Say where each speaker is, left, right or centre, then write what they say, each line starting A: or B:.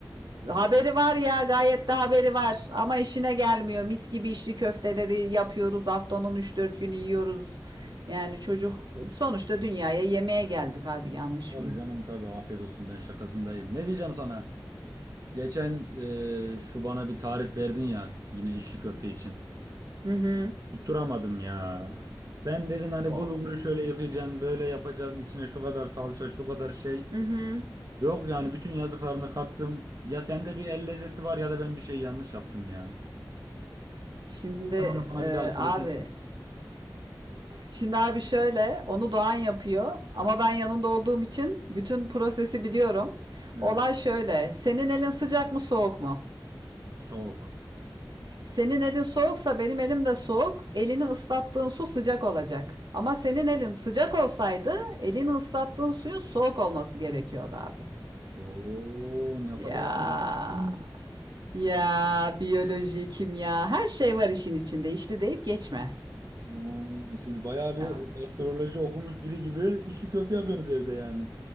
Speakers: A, on the right (about 65°); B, on the right (about 50°).
A: Haberi var ya gayet de haberi var ama işine gelmiyor. Mis gibi içli köfteleri yapıyoruz haftanın üç dört günü yiyoruz. Yani çocuk sonuçta dünyaya yemeğe geldik abi yanlış
B: Tabii
A: mıyım?
B: canım tabii afiyet olsun ben şakasındayım. Ne diyeceğim sana? Geçen e, şu bana bir tarif verdin ya yine içli köfte için.
A: Hı hı.
B: Tutturamadım ya. Sen dedin hani
A: O.
B: bulguru şöyle yıkayacaksın, böyle yapacaksın, içine şu kadar salça, şu kadar şey.
A: Hı hı.
B: Yok yani bütün yazdıklarını kattım. Ya sende bir el lezzeti var ya da ben bir şey yanlış yaptım ya.
A: Şimdi
B: Sen onu bana
A: e,
B: bir daha söylesen.
A: abi şimdi abi şöyle onu Doğan yapıyor ama ben yanında olduğum için bütün prosesi biliyorum.
B: Evet.
A: Olay şöyle. Senin elin sıcak mı soğuk mu?
B: Soğuk.
A: Senin elin soğuksa benim elim de soğuk. Elini ıslattığın su sıcak olacak. Ama senin elin sıcak olsaydı elini ıslattığın suyun soğuk olması gerekiyordu abi.
B: Oo ne
A: Ya
B: kadar aydın.
A: ya biyoloji, kimya her şey var işin içinde. İşte deyip geçme.
B: Oo, Siz bayağı
A: Ya,
B: bir gastroloji okumuş biri gibi içli köfte yapıyorsunuz evde yani.